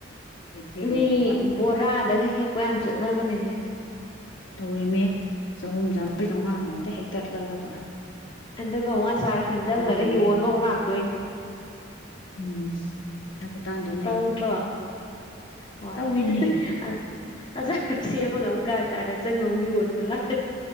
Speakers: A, on the left; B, on the left.
A: ꯍꯦꯛꯄꯤꯔꯦ
B: ꯃꯤ
A: ꯑꯗꯨꯒ
B: ꯕꯣꯔꯥꯗꯒ ꯍꯦꯛꯄ ꯌꯥꯝ ꯆꯠꯅꯕꯅꯦꯍꯦ
A: ꯇꯧꯔꯤꯃꯦ ꯆꯍꯨꯝ ꯆꯥꯝ--ꯃꯔꯤ ꯆꯥꯝꯃꯉꯥ ꯍꯦꯛꯇ ꯍꯦꯛꯛꯇꯠꯂꯒꯗꯣ
B: ꯑꯗꯨꯒ ꯋꯥꯠꯁꯥꯏ ꯍꯦꯟꯗꯦꯜ ꯂꯒꯥ
A: ꯀꯔꯤ
B: ꯌꯣꯟꯕ
A: ꯑꯃ ꯍꯦꯛ
B: ꯑꯃꯨꯛ ꯂꯥꯛꯇꯣꯏ
A: ꯎꯝ ꯍꯥꯕꯥ ꯇꯥꯡꯗ
B: ꯇꯧꯗ꯭ꯔꯣ ꯍꯣꯏ
A: ꯇꯧꯔꯤꯅꯦ
B: ꯑꯁ ꯑꯆꯥꯥꯔꯁ ꯁꯦꯝꯃꯥꯒꯥ ꯑꯃꯨꯛ ꯀꯥ ꯀꯥꯗ ꯆꯪꯉ ꯃꯨꯛ ꯌꯣꯟꯕ ꯂꯥꯛ